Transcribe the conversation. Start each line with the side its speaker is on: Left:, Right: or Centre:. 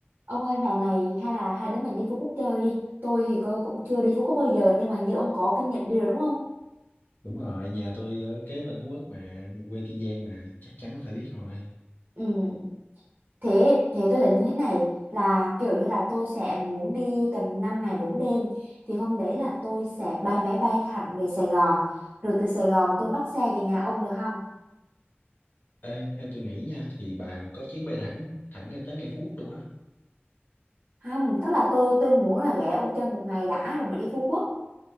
Right: Ông ơi hè này hay là hai đứa mình đi Phú Quốc chơi đi. Tôi thì cô cũng chưa đi Phú Quốc bao giờ nhưng mà hình như ông có kinh nghiệm đi rồi đúng không?
Left: Đúng rồi, nhà tôi ở kế bên Phú Quốc mà, quê Kiên Giang mà, chắc chắn là phải biết rồi.
Right: Ừ. Thế thế tôi tính như thế này là kiểu như là tôi sẽ muốn đi tầm năm ngày bốn đêm thì hôm đấy là tôi sẽ bay máy bay thẳng về Sài Gòn rồi từ Sài Gòn tôi bắt xe về nhà ông được không?
Left: Ê, theo tôi nghĩ nha, thì bà có chuyến bay thẳng, thẳng ngay tới ngay Phú Quốc luôn á.
Right: Không, tức là tôi tôi muốn là ghé ông chơi một ngày đã rồi mới đi Phú Quốc